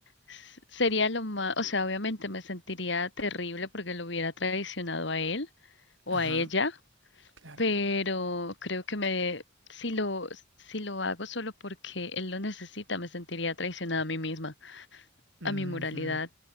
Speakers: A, on the left; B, on the right.
A: s- sería lo más, o sea, obviamente me sentiría terrible porque lo hubiera traicionado a él o
B: Ajá,
A: a ella
B: claro.
A: pero creo que me, si lo, si lo hago solo porque él lo necesita, me sentiría traicionada a mí misma,
B: Mhm.
A: a mi moralidad,